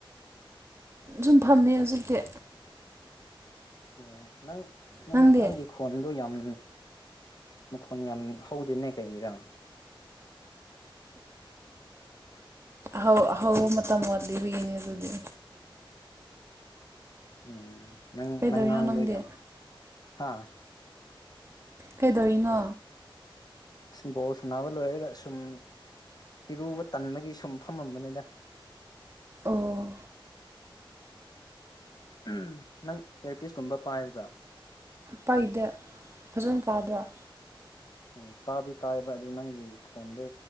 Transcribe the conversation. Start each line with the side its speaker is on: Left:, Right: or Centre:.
Right: ꯁꯨꯝ ꯐꯝꯃꯤ ꯍꯧꯖꯤꯛꯇꯤ
Left: ꯎꯝ ꯅꯪꯪ
Right: ꯅꯪꯗꯤ
Left: ꯅꯪꯒꯤ ꯈꯣꯟꯗꯣ ꯌꯥꯝ ꯃꯈꯣꯟ ꯌꯥꯝ ꯍꯧꯗꯦꯅꯦ ꯀꯩꯒꯤꯔꯥ
Right: ꯍꯧ ꯍꯧ ꯃꯇꯝ ꯋꯥꯠꯂꯤꯕꯒꯤꯅꯤ ꯑꯗꯨꯗꯤ
Left: ꯎꯝ ꯅꯪ
Right: ꯀꯩꯗꯧꯔꯤꯅꯣ
Left: ꯅꯪ ꯉꯥꯡꯗꯣ
Right: ꯅꯪꯗꯤ
Left: ꯌꯥꯝ ꯍꯥ
Right: ꯀꯩꯗꯧꯔꯤꯅꯣ
Left: ꯁꯨꯝ ꯕꯣꯜ ꯁꯅꯥꯕ ꯂꯣꯏꯔꯒ ꯁꯨꯝ ꯏꯔꯨꯕ ꯇꯟꯕꯒꯤ ꯁꯨꯝ ꯐꯝꯃꯝꯕꯅꯤꯗ
Right: ꯑꯣ
Left: ꯎꯝ ꯅꯪ ꯏꯌꯥꯔꯄꯤꯁꯀꯨꯝꯕ ꯄꯥꯏꯕ꯭ꯔꯥ
Right: ꯄꯥꯏꯗꯦ ꯐꯖꯅ ꯇꯥꯗꯔꯣ
Left: ꯎꯝ ꯇꯥꯕꯨꯗꯤ ꯇꯥꯏꯌꯦꯕ ꯑꯗꯨ ꯅꯪꯒꯤ ꯈꯣꯟꯗꯣ